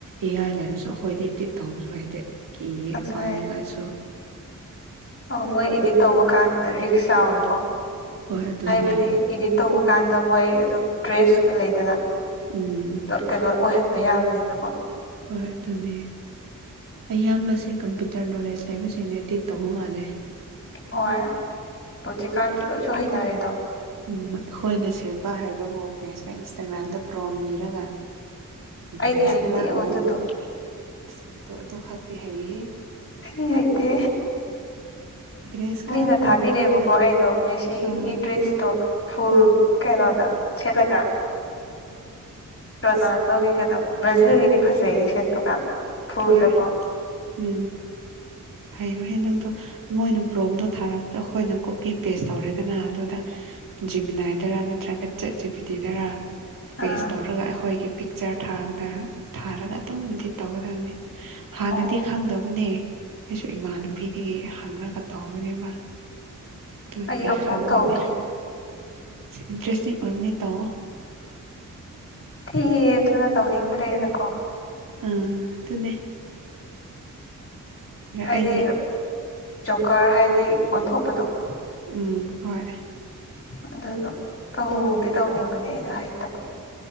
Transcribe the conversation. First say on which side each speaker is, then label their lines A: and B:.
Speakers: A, on the right (about 90°); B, on the left (about 45°).
A: ꯑꯦ ꯑꯥꯏ ꯂꯩꯔꯁꯨ ꯑꯩꯈꯣꯏꯗꯤ ꯇꯧꯕꯁꯨ ꯍꯩꯗꯦ ꯀꯤꯌꯦ
B: ꯑꯗꯨꯅ
A: ꯄꯥꯏ ꯅꯤꯡ ꯉꯥꯏꯁꯨ
B: ꯑꯣ ꯃꯣꯏ ꯏꯗꯤꯠ ꯇꯧꯕ ꯀꯥꯟꯗ ꯔꯤꯛꯁ ꯆꯥꯎꯋꯦꯀꯣ
A: ꯍꯣꯏ ꯑꯗꯨꯅꯤ
B: ꯍꯥꯏꯕꯗꯤ ꯏꯗꯤꯠ ꯇꯧꯕ ꯀꯥꯟꯗ ꯃꯣꯏ ꯑꯗꯨꯝ ꯗ꯭ꯔꯦꯁꯀ ꯂꯩꯗꯅ
A: ꯎꯝ
B: ꯀꯩꯅꯣ ꯑꯣꯏꯍꯟ ꯌꯥꯕꯅꯤꯅꯀꯣ
A: ꯍꯣꯏ ꯑꯗꯨꯅꯤ ꯑꯌꯥꯝꯕꯁꯦ ꯀꯝꯄ꯭ꯌꯨꯇꯔ ꯅꯣꯂꯦꯖ ꯂꯩꯕꯁꯤꯡꯅꯗꯤꯠ ꯇꯧꯕ ꯃꯥꯜꯂꯦ
B: ꯍꯣꯏ ꯍꯧꯖꯤꯛꯀꯥꯟꯗꯤ ꯂꯣꯏꯁꯨ ꯍꯩꯅꯔꯦꯗꯣ
A: ꯎꯝ ꯑꯩꯈꯣꯏꯅ ꯁꯦꯝꯕ ꯍꯩꯕꯕꯨ ꯀꯦꯁꯀ ꯏꯟꯁꯇꯥꯒ꯭ꯔꯥꯝꯗ ꯄ꯭ꯔꯣꯝ ꯅꯤꯔꯒ
B: ꯑꯩꯗꯤ
A: ꯗ꯭ꯔꯦꯁ
B: ꯍꯩꯇꯦ
A: ꯈꯔ
B: ꯌꯦꯡꯉꯣ
A: ꯍꯣꯡ
B: ꯑꯗꯨꯗꯣ
A: ꯑꯁ ꯑꯗꯨ ꯑꯗꯨ ꯈꯥꯛꯛꯇꯤ ꯍꯥꯏꯌꯦꯍꯦ
B: ꯏ ꯍꯩꯇꯦ
A: ꯗ꯭ꯔꯦꯁ ꯈꯔ
B: ꯃꯤꯅ
A: ꯍꯣꯡꯂꯒ
B: ꯊꯥꯕꯤꯔꯛꯑꯦꯕꯀꯣ ꯑꯩꯗꯣ ꯃꯦꯁꯤꯒꯤ
A: ꯑꯥ
B: ꯗ꯭ꯔꯦꯁꯇꯣ ꯐꯨꯜ
A: ꯑꯥ
B: ꯀꯩꯅꯣꯗ ꯁꯦꯠꯂꯒ ꯔꯣꯅꯥ
A: ꯑꯁ
B: ꯇꯧꯒꯗꯣ ꯕ꯭ꯔꯥꯖꯤꯜꯒꯤꯗꯤ ꯐꯖꯩꯌꯦ ꯁꯦꯠꯄ ꯀꯥꯟꯗ ꯐꯨꯜꯗꯀꯣ
A: ꯍꯣꯏ ꯎꯝ ꯍꯥꯏꯌꯨꯍꯦ ꯅꯪꯗꯣ ꯃꯣꯏꯅ ꯄ꯭ꯔꯣꯝꯗꯣ ꯊꯥꯔꯕꯗ ꯑꯩꯈꯣꯏꯅ ꯀꯣꯄꯤ ꯄꯦꯁ ꯇꯧꯔꯦꯗꯅ ꯑꯗꯨꯗ ꯖꯤꯃꯤꯅꯥꯏꯗꯔꯥ ꯅꯠꯇ꯭ꯔꯒ ꯆꯦꯠ ꯖꯤꯕꯤꯇꯤꯗꯔꯥ ꯄꯦꯁ
B: ꯑꯥ
A: ꯇꯧꯔꯒ ꯑꯩꯈꯣꯏꯒꯤ ꯄꯤꯛꯆꯔ ꯊꯥ ꯊꯥꯔꯒ ꯑꯗꯨꯝ ꯏꯗꯤꯠ ꯇꯧꯒꯗꯕꯅꯤ ꯍꯥꯟꯅꯗꯤ
B: ꯑꯣ
A: ꯈꯪꯗꯕꯅꯦ ꯑꯩꯁꯨ ꯏꯃꯥꯟꯅꯕꯤꯗꯒꯤ ꯍꯪꯉꯒ ꯇꯧꯔꯅꯦꯕ ꯇꯣꯗꯒꯤ
B: ꯑꯩ ꯑꯃꯨꯛ
A: ꯈꯪꯕꯅꯦ
B: ꯇꯧꯗ꯭ꯔꯤ
A: ꯁꯤ ꯏꯟꯇꯔꯦꯁꯇꯤꯡ ꯑꯣꯏꯕꯅꯦ ꯇꯧꯋꯣ
B: ꯊꯤꯌꯦ ꯑꯗꯨꯅ ꯇꯧꯅꯤꯡꯗ꯭ꯔꯦꯅꯀꯣ
A: ꯏꯆꯝ ꯑꯗꯨꯅꯦ
B: ꯍꯥꯏꯗꯤ
A: ꯑꯩꯒꯤ
B: ꯖꯣꯀꯔ ꯍꯥꯏꯗꯤ ꯑꯣꯟꯊꯣꯛꯄꯗꯣ
A: ꯎꯝ ꯍꯣꯏ
B: ꯑꯗꯨꯗꯣ ꯇꯧꯗꯤ ꯇꯧꯅꯤꯡꯕꯅꯦ ꯑꯩꯗꯣ ꯍꯩꯇꯕ